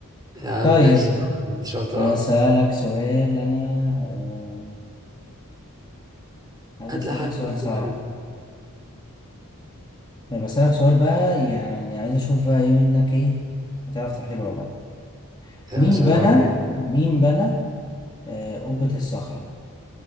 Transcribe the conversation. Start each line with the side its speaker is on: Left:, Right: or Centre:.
Right: يا
Left: طيب
Right: عم ماشي كنت شاطر
Left: هسألك سؤال أنا آم، عايز
Right: هات
Left: أسألك
Right: لي حاجة
Left: سؤال
Right: تكون
Left: صعب
Right: حلوة
Left: طيب أسألك سؤال بقى يعني عايز أشوف بقى إيه منك إيه هتعرف تحله ولا لأ
Right: يا
Left: مين
Right: باشا
Left: بنى
Right: عيب عليك
Left: مين بنى آه، قبة الصخرة